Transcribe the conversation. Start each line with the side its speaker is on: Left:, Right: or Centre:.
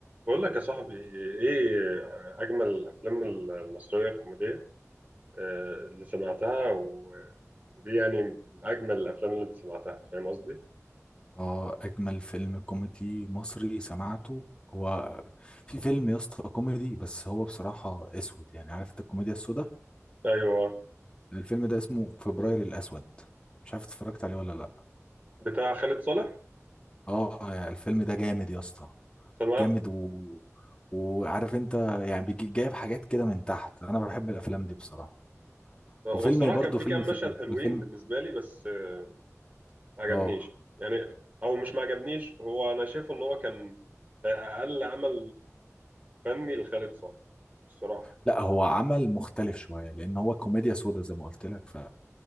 Right: بقول لك يا صاحبي ايه اجمل الافلام المصريه الكوميديه آه، اللي سمعتها و- ودي يعني من اجمل الافلام اللي انت سمعتها فاهم قصدي
Left: اه اجمل فيلم كوميدي مصري سمعته هو في فيلم يا اسطى كوميدي بس هو بصراحة اسود يعني عارف انت الكوميديا السوداء
Right: ايوه
Left: الفيلم ده اسمه فبراير الاسود مش عارف اتفرجت عليه ولا لا
Right: بتاع خالد صالح
Left: اه يعني الفيلم ده جامد يا اسطى
Right: سمعت
Left: جامد و... وعارف انت يعني بيجي جايب حاجات كده من تحت انا بحب الافلام دي بصراحة
Right: هو
Left: وفيلم
Right: الصراحه
Left: برضه
Right: كان في
Left: فيلم
Right: كام
Left: في...
Right: مشهد حلوين
Left: والفيلم
Right: بالنسبه لي بس آه، ما عجبنيش
Left: اه
Right: يعني او مش ما عجبنيش هو انا شايفه ان هو كان اقل عمل فني لخالد صالح الصراحه
Left: لا هو عمل مختلف شوية لان هو كوميديا سوداء زي ما قلت لك ف...